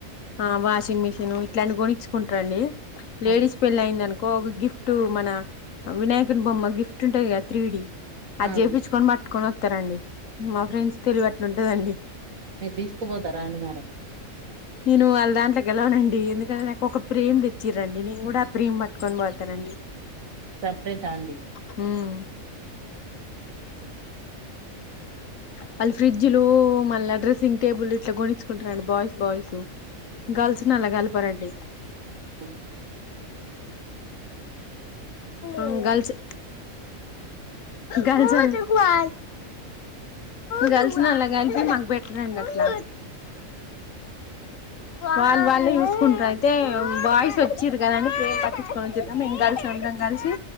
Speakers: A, on the left; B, on the right.
A: ఆ వాషింగ్ మిషును ఇట్లాంటి కొని ఇచ్చుకుంటరండి. లేడీస్
B: ఆ
A: పెళ్లి అయింది అనుకో ఒక గిఫ్ట్ మన వినాయకుని బొమ్మ గిఫ్ట్ ఉంటాంది క త్రీడి అది
B: ఆ
A: జెపిచ్చుకొని పట్టుకొని వత్తారండి మా ఫ్రెండ్స్ తెలివి అట్లుంటదండి.
B: మీరు తీసుకుపోతారాండి మరి
A: నేను వాళ్ళ దాంట్లోగేలవనండి ఎందుకంటే నాకు ఒక ప్రేమ్ తెచ్చిరండి నేను కూడా ఆ ప్రేమ పట్టుకొని పోతానండి.
B: సపరేటా అండి
A: వ్మ్ వాళ్ళు ఫ్రిడ్జ్లు మళ్ళా డ్రెస్సింగ్ టేబుల్ ఇట్లా గోనిచ్చుకుంటారండి బాయ్స్ బాయ్సు గర్ల్స్ నల్లా కల్పరండి
B: ఉ
A: ఉమ్ గర్ల్స్ గర్ల్స్ ఓ గర్ల్స్ ని అల్లా కలిపి మాకు బెటర్ అండి అట్లా వాళ్ళు వాళ్ళు యుసుకుంటారు అయితే బాయిస్ వచ్చిర్రు కదా అని ఫ్రేమ్ పట్టిచ్చుకోని జే ఇం కలిసి ఉండరం కలిసి